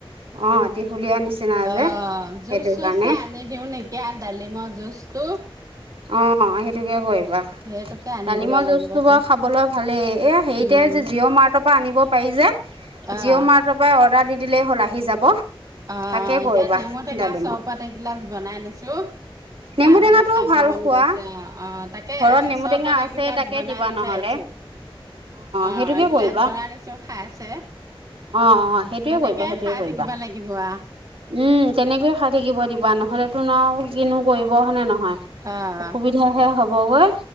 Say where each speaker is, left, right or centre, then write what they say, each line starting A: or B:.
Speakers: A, on the right; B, on the right.
A: অ ত্ৰিশুলীয়া নিচিনা যে
B: অ জোচ
A: সেইটো
B: চোচ
A: কাৰণে
B: হে আনি দিও নেক এতিয়া ডালিমৰ জুচটো
A: অ ন সেইটোকে কৰিবা।
B: সেইটোকে আনি
A: ডালিমৰ
B: দিব লাগিব
A: জুচটো
B: চাগে
A: বাৰু খাবলৈ ভালেই এয়া হেৰিতে
B: উম,
A: যে জিঅ' মাৰ্টৰ পৰা আনিব পাৰি যে।
B: আহ
A: জিঅ' মাৰ্টৰ পৰা অৰ্ডাৰ দি দিলেই হ'ল আহি যাব।
B: অ
A: তাকে
B: এতিয়া
A: কৰিবা
B: নেমু টেঙা
A: ডালিমৰ
B: চৰবত এগিলাচ বনাই দিছো।
A: নেমু
B: তাই বোলে
A: টেঙাটোও
B: খাব
A: ভাল
B: মন
A: খোৱা
B: গৈছে অ অ তাকে
A: ঘৰত নেমু
B: চৰপত
A: টেঙা আছে
B: এগিলাচ
A: তাকে
B: বনাই
A: দিবা
B: দি
A: নহ'লে
B: থৈ আহিছো। অ
A: সেইটোকে
B: এগিলাচ
A: কৰিবা
B: বনাই দিছো খাইছে।
A: অ অ সেইটোয়ে
B: সেনেকে
A: কৰিবা সেইটোয়ে
B: খাই
A: কৰিবা
B: থাকিবা লাগিব অ।
A: উম তেনেকৈয়ে খাই থাকিব দিবা নহলেতোন আও কিনো কৰিব হয় নে নহয়?
B: অ',
A: অসুবি যি হৈ হ'বগৈ